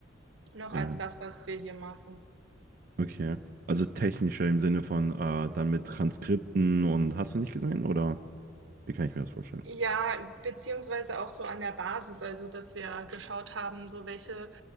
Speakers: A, on the right; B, on the right.
A: Noch
B: ja,
A: als das, was wir hier machen.
B: okay. Also technischer im Sinne von äh, dann mit Transkripten und hast du nicht gesehen oder wie kann ich mir das vorstellen?
A: Ja, beziehungsweise auch so an der Basis, also dass wir geschaut haben, so welche